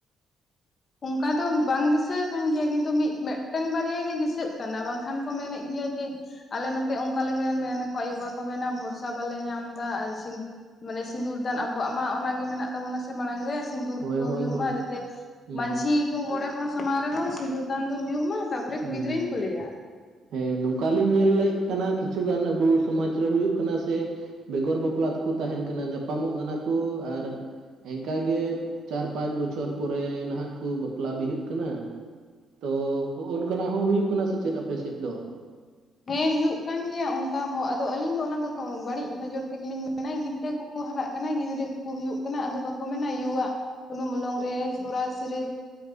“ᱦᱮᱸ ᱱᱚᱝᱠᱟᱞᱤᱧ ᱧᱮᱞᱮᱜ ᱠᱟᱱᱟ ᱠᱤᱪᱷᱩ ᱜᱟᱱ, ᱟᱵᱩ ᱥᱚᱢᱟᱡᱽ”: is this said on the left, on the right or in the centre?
Right